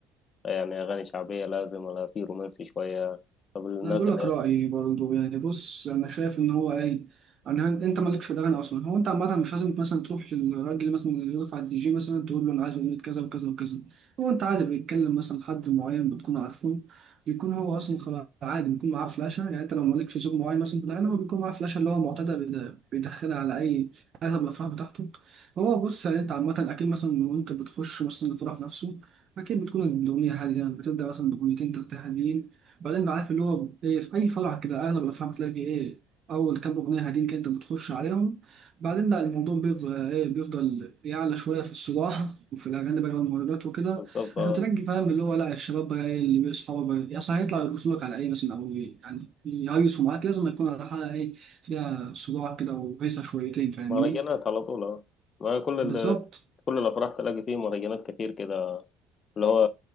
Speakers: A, on the left; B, on the right.
A: يعني اغاني شعبيه لازم ولا في رومانسي شويه طب الناس
B: انا بقول
A: اللي
B: لك
A: هي
B: رايي برضه يعني بص انا شايف ان هو ايه انا انت مالكش في الاغاني اصلا هو انت عامه مش لازم مثلا تروح للراجل مثلا اللي يقف على الدي جي مثلا تقول له انا عايز اغنيه كذا وكذا وكذا هو انت عادي بيتكلم مثلا حد معين بتكون عارفه بيكون هو اصلا خلاص عادي بيكون معاه فلاشه يعني انت لو مالكش ذوق معين مثلا في الاغاني هو بيكون معاه فلاشه اللي هو معتاد بيد- بيدخلها على اي اغلب الافراح بتاعته هو بص يعني انت عامه اكيد مثلا وانت بتخش مثلا الفرح نفسه أكيد بتكون الأغنية هادية يعني بتبدأ مثلا بأغنيتين تلاتة هاديين بعدين بقى عارف اللي هو إيه في أي فرع كده أغلب الأفراح بتلاقي إيه أول كام أغنية هادين كده أنت بتخش عليهم بعدين لا الموضوع بيبقى إيه بيفضل يعلى شوية في الصباح وفي الأغاني بقى والمهرجانات وكده
A: بالظبط آه.
B: عشان ترجي فاهم اللي هو لا الشباب بقى إيه اللي بيصحوا بقى يا صاحبي يطلع يرقصوا لك على إيه مثلا أو إيه يعني يهيصوا معاك لازم يكون على حاجة إيه فيها صداع كده وهيصة شويتين فاهمني
A: مهرجانات على طول آه. ما كل
B: بالظبط
A: ال... كل الافراح تلاقي فيه مهرجانات كتير كده اللي هو